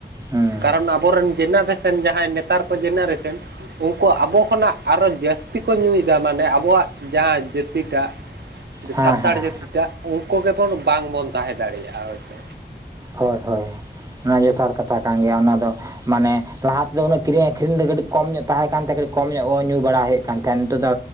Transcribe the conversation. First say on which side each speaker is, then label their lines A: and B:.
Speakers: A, on the right; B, on the right.
A: ᱦᱮᱸ
B: ᱠᱟᱨᱚᱱ ᱟᱵᱚᱨᱮᱱ ᱡᱮᱱᱟᱨᱮᱥᱮᱱ ᱡᱟᱦᱟᱸᱭ ᱱᱮᱛ ᱛᱟᱨ ᱠᱚ ᱡᱮᱱᱟᱨᱮᱥᱮᱱ ᱩᱱᱠᱩ ᱟᱵᱚ ᱠᱷᱚᱱᱟᱜ ᱟᱨᱚ ᱡᱟᱹᱥᱛᱤ ᱠᱚ ᱧᱩᱭ ᱫᱟ ᱢᱟᱱᱮ ᱟᱵᱚᱣᱟᱜ ᱡᱟᱦᱟᱸ ᱡᱟᱹᱛᱤᱴᱟᱜ
A: ᱦᱮᱸ
B: ᱥᱟᱱᱛᱟᱲ
A: ᱦᱮᱸ
B: ᱡᱟᱹᱛᱤᱴᱟᱜ ᱩᱝᱠᱩ ᱜᱮᱵᱚᱱ ᱵᱟᱝ ᱵᱚᱱ ᱛᱟᱦᱮᱸ ᱫᱟᱲᱮᱭᱟᱜᱼᱟ ᱦᱚᱭᱛᱚ᱾
A: ᱦᱳᱭ ᱦᱳᱭ ᱚᱱᱟ ᱡᱚᱛᱷᱟᱛ ᱠᱟᱛᱷᱟ ᱠᱟᱱ ᱜᱮᱭᱟ ᱚᱱᱟ ᱫᱚ ᱢᱟᱱᱮ ᱞᱟᱦᱟᱛ ᱱᱤᱛ ᱫᱚ ᱩᱱᱟᱹᱜ ᱠᱤᱨᱤᱧ ᱟᱹᱠᱷᱨᱤᱧ ᱫᱚ ᱠᱟᱹᱴᱤᱜ ᱠᱚᱢ ᱧᱚᱜ ᱛᱟᱦᱮᱸ ᱠᱟᱱ ᱛᱟᱦᱮᱸᱫ ᱠᱟᱹᱴᱤᱜ ᱠᱚᱢ ᱧᱚᱜ ᱵᱚ ᱧᱩ ᱵᱟᱲᱟᱭᱮᱜ ᱠᱟᱱ ᱛᱟᱦᱮᱸᱱ ᱱᱤᱛᱚᱜ ᱫᱚ